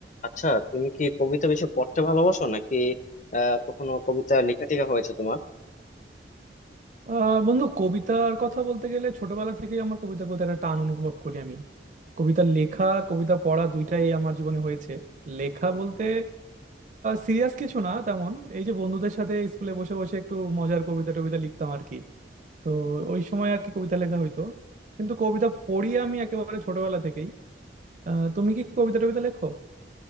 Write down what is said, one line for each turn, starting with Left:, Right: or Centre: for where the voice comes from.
Left: আচ্ছা তুমি কি কবিতা বেশি পড়তে ভালোবাসো নাকি আহ কখনো কবিতা লেখা টেখা হয়েছে তোমার
Right: আহ বন্ধু কবিতার কথা বলতে গেলে ছোটবেলা থেকেই আমার কবিতার প্রতি একটা টান অনুভব করি আমি কবিতা লেখা কবিতা পড়া দুইটাই আমার জীবনে হয়েছে লেখা বলতে সিরিয়াস কিছু না তেমন এই যে বন্ধুদের সাথে স্কুলে বসে বসে একটু মজার কবিতা টবিতা লিখতাম আর কি তো ওই সময় আর কি কবিতা লেখা হইতো কিন্তু কবিতা পড়ি আমি একেবারে ছোটবেলা থেকেই আহ, তুমি কি কবিতা টবিতা লেখো